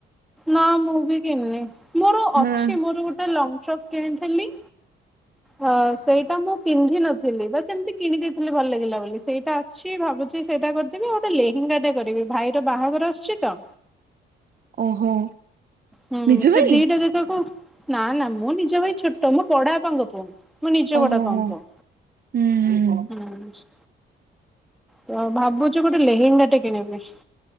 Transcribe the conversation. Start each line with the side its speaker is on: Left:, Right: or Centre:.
Centre: ନା ମୁଁ ବି କିଣିନି ମୋର
Right: ହଁ
Centre: ଅଛି ମୋର ଗୋଟେ ଲଙ୍ଗ ଫପ କିଣିଥିଲି। ହ ସେଇଟା ମୁଁ ପିନ୍ଧିିନଥିଲି ବା ସେମିତି କିଣିଦେଇଥିଲି ଭଲ ଲାଗିଲା ବୋଲି ସେଇଟା। କିଛି ଭାବଛି ସେଇଟା କରିଦେବି ଆଉ ଗୋଟେ ଲେହେଙ୍ଗାଟା କରିବି ଭାଇର ବାହାଘର ଆସୁଛି ତ
Right: ଓହୋ
Centre: ହୁଁ
Right: ନିଜ
Centre: ସେ
Right: ପାଇଁ
Centre: ଦିଟା ଯାଗାକୁ ନା ନା ମୁଁ ନିଜ ଭାଇ ଛୋଟ ମୋ ବଡ ବାପାଙ୍କ ପୁଅ ମୁଁ ନିଜ
Right: ଓହୋ
Centre: ଗୁଡା ପା
Right: ହୋ
Centre: ପା
Right: ହୁଁ
Centre: ହୁଁ ତ ଭାବୁଛୁ ଗୋଟେ ଲେହେଙ୍ଗା ଟେ କିଣିବି